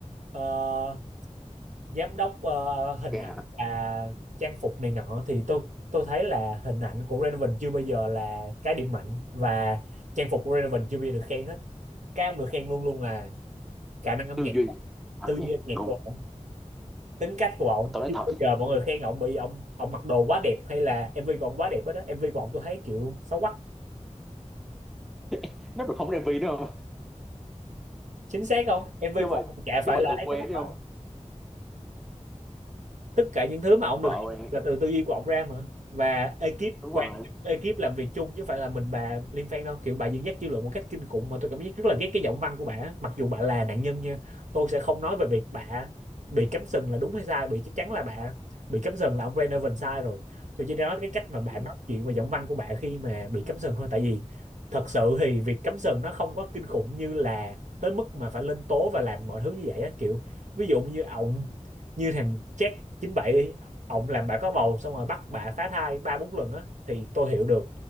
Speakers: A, on the right; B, in the centre.
A: ờ, giám đốc ờ, hình
B: cha
A: ảnh
B: hả
A: và trang phục này nọ thì tôi tôi thấy là hình ảnh của Raven chưa bao giờ là cái điểm mạnh và trang phục của Raven chưa bao giờ được khen hết cái ông được khen luôn luôn là khả năng âm
B: tư
A: nhạc
B: duy âm
A: tư
B: nhạc
A: duy âm nhạc
B: đúng
A: của ổng tính cách của ổng
B: Mà tôi nói
A: chưa
B: thật
A: bao giờ mọi người khen ổng bị ổng ổng mặc đồ quá đẹp hay là MV của ổng quá đẹp hết đó MV của ổng tôi thấy kiểu xấu quắc
B: <laughs> nó còn không có MV nữa không
A: chính xác không
B: <laughs>
A: MV
B: chứ mà
A: của ổng chả phải
B: chứ mà
A: là
B: từ
A: ấy
B: quen
A: tới mức
B: đấy
A: đó
B: không
A: tất cả những thứ mà ông
B: vợ
A: được
B: quen
A: là từ tư duy của ông ra mà và ekip
B: đúng
A: quan
B: rồi
A: ekip làm việc chung chứ không phải là mình bà Liên Phan đâu kiểu bà dẫn dắt dư luận một cách kinh khủng mà tôi cảm giác rất là ghét cái giọng văn của bà mặc dù bà là nạn nhân nha tôi sẽ không nói về việc bà bị cắm sừng là đúng hay sai bị chắc chắn là bà bị cắm sừng là ông Renovan sai rồi tôi chỉ nói cái cách mà bà
B: ừ
A: nói chuyện và giọng văn của bà khi mà bị cắm sừng thôi tại vì thật sự thì việc cắm sừng nó không có kinh khủng như là tới mức mà phải lên tố và làm mọi thứ như vậy á kiểu ví dụ như ổng như thằng Jack 97 đi ổng làm bà có bầu xong rồi bắt bà phá thai ba bốn lần á thì tôi hiểu được